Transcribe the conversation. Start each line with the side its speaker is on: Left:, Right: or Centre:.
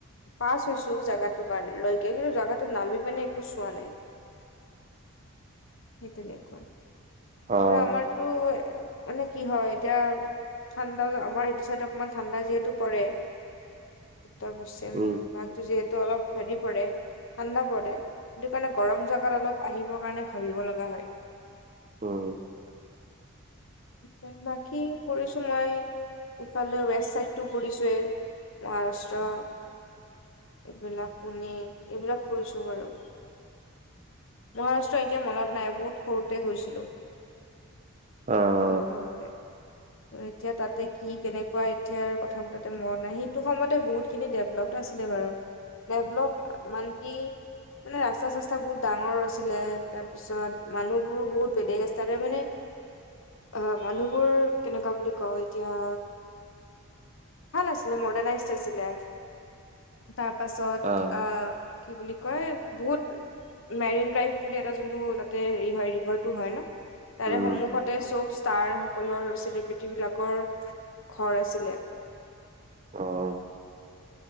Left: পাছ হৈছো জেগাটো কাৰ লৈকে কিন্তু জাগাটো নামি পিনে একো চোৱা নাই সেই তেনেকুৱা
Right: অ',
Left: আৰু আমাৰ টো মানে কি হয় এতিয়া ঠাণ্ডা আমাৰ সেইটো চাইদে অকমান ঠাণ্ডা যিহেতু পৰে উত্তৰ পশ্চিম
Right: উম,
Left: ভাগটো যিহেতু অলপ হেৰি পৰে ঠাণ্ডা পৰে সেইটো কাৰণে গৰম জেগাত অলপ আহিবৰ কাৰণে ভাবিব লগা হয়
Right: উম
Left: তাকে বাকী ফুৰিছোঁ মই ইফালে ৱেষ্ট চাইডটো ফুৰিছোঁয়েই মহাৰাষ্ট্ৰ এইবিলাক পোণে এইবিলাক ফুৰিছো বাৰু মহাৰাষ্ট্ৰ এতিয়া মনত নাই বহুত সৰুতে গৈছিলো
Right: অ
Left: বহুত সৰুতে ত এতিয়া তাতে কি কেনেকুৱা এতিয়াৰ কথাবোৰ তাতে মনত নাই সেই সেইটো সময়তে বহুতখিনি ডেভলপ্ড আছিলে বাৰু ডেভলপ্ড মান কি মানে ৰাস্তা চাস্তা বহুত ডাঙৰ আছিল আছিলে। তাৰ পিছত মানুহবোৰো বহুত বেলেগ ইষ্টাইলৰ মানে অ! মানুহবোৰ কেনেকুৱা বুলি কওঁ এতিয়া? ভাল আছিলে, মডাৰণাইজ আছিলে। তাৰ পাছত
Right: অ',
Left: আহ কি বুলি কয় বহুত মেৰিন ড্ৰাইভ বুলি এটা যোনটো তাতে হেৰি হয় ৰিভাৰটো হয় ন। তাৰে
Right: উম,
Left: সন্মুখত তাতে চব ষ্টাৰসকলৰ, চেলিব্ৰিট বিলাকৰ ঘৰ আছিলে।
Right: অঁ।